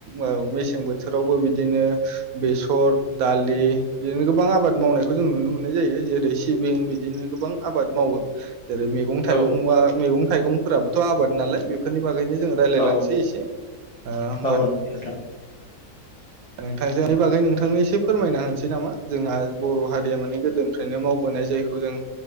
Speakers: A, on the right; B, on the left.
A: ओ मेसें बोथोरावबो बिदिनो बेसर दालि बिदिनो गोबां आबाद मावो। मावनायखौ जों नुनो मोननाय जायो जेरै सिबिं बिदिनो गोबां आबाद मावो। जेरै मैगं थाइगंआ
B: औ
A: मैगं थाइगंफोराबोथ' आबाद नालाय बेफोरनि बागैनो जों रायज्लाय
B: औ
A: लांनोसै एसे ओ होमबा
B: औ नोंथां
A: नोंथांनि बागै नोंथांनो एसे फोरमायना होनोसै नामा जोंहा बर' हारिया माने गोदोनिफ्रायनो मावबोना नाय जायखौ जों